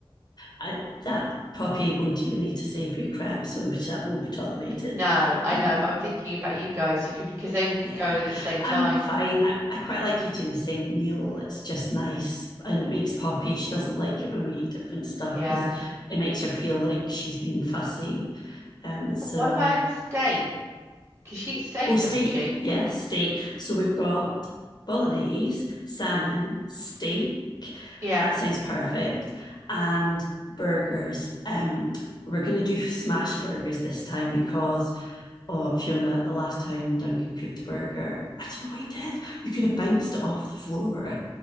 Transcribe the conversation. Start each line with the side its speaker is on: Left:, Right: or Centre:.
Left: I, that puppy won't even eat a savoury crap, so that won't be tolerated.
Right: No, I
Left: Um,
Right: know, but I'm thinking about you guys. You could because they could
Left: yeah.
Right: go in at the same
Left: I'm
Right: time.
Left: fine. I, I quite like eating the same meal. It's just nice and it makes Poppy. She doesn't like it when we eat different stuff
Right: Yeah.
Left: because it makes her feel like she's being fussy. Um, so
Right: What about steak? Because she eats steak,
Left: Oh, steak.
Right: doesn't she?
Left: Yeah, steak. So we've got bolognese, salmon, steak.
Right: Yeah,
Left: That sounds perfect. And burgers. Um, we're going to do smash burgers this time because, oh, Fiona, the last time Duncan cooked a burger, I don't know what he did. You could have bounced it off the floor.